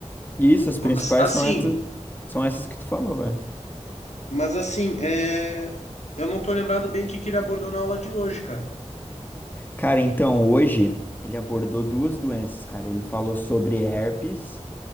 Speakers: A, on the left; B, on the left.
A: Isso, as principais
B: Mas assim,
A: são essas, são essas que tu falou, né?
B: mas assim, é... eu não tô lembrado bem o que que ele abordou na aula de hoje, cara.
A: Cara, então hoje ele abordou duas doenças, cara. Ele falou sobre herpes